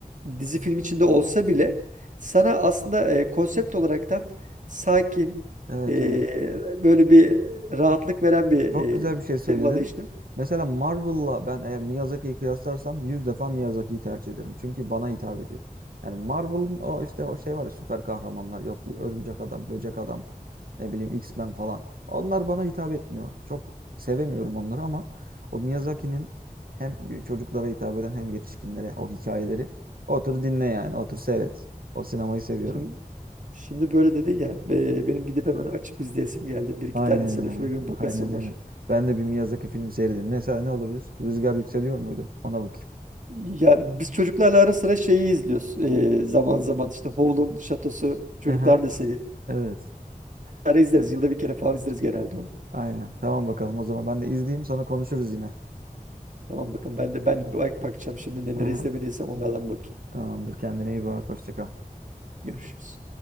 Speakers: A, on the right; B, on the right.
A: dizi film içinde olsa bile sana aslında e, konsept olaraktan sakin
B: Evet
A: e,
B: evet.
A: böyle bir rahatlık veren bir
B: Çok
A: e,
B: güzel bir şey söyledin.
A: temada işliyor.
B: Mesela Marvel'la ben eğer Miyazaki'yi kıyaslarsam 100 defa Miyazaki'yi tercih ederim. Çünkü bana hitap ediyor. Yani Marvel'ın o işte o şey var ya süper kahramanlar yok örümcek adam, böcek adam, ne bileyim X-Men falan. Onlar bana hitap etmiyor. Çok sevemiyorum onları ama o Miyazaki'nin hem çocuklara hitap eden hem yetişkinlere o hikayeleri otur dinle yani otur seyret. O sinemayı seviyorum.
A: Şimdi, şimdi böyle dedi ya e, benim gidip hemen açıp izleyesim geldi. Bir iki
B: Aynen
A: tanesine
B: ya.
A: şöyle bir bakasım
B: Aynen aynen.
A: var.
B: Ben de bir Miyazaki filmi seyredeyim. Ne, mesela ne olabilir? Rüzgar Yükseliyor muydu? Ona bakayım.
A: Ya biz çocuklarla ara sıra şeyi izliyoruz. Ee, zaman zaman işte Howl'un Şatosu çocuklar
B: Aha,
A: da seviyor.
B: evet.
A: Ara izleriz. Yılda bir kere falan izleriz genelde onu.
B: Aynen. Tamam bakalım o zaman ben de izleyeyim sonra konuşuruz yine.
A: Tamam bakın ben de ben de bak bakacağım şimdi neleri
B: Aha,
A: izlemediysem onlardan bakayım.
B: tamamdır. Kendine iyi bak. Hoşça kal.
A: Görüşürüz.